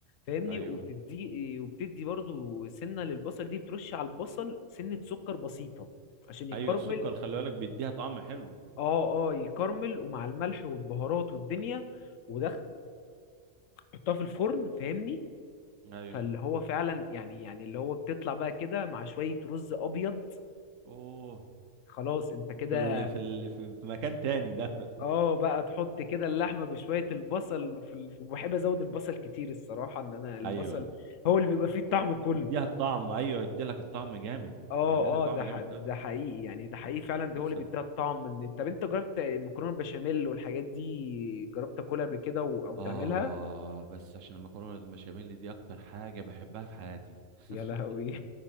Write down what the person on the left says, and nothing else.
فاهمني
وبتدي وبتدي برضو سنه للبصل دي بترش على البصل سنه سكر بسيطه عشان يكرمل
اه اه يكرمل ومع الملح والبهارات والدنيا ودخل حطها في الفرن فاهمني
فاللي هو فعلا يعني يعني اللي هو بتطلع بقى كده مع شويه رز ابيض
خلاص انت كده
اه بقى تحط كده اللحمه بشويه البصل في ال... وبحب ازود البصل كتير الصراحه ان
انا البصل
هو اللي بيبقى فيه الطعم كله
اه
اه ده
ح... ده حقيقي يعني ده حقيقي فعلا ده
هو اللي بيديها الطعم ان طب انت جربت المكرونه البشاميل والحاجات دي جربت تاكلها قبل كده و... او تعملها
يا لهوي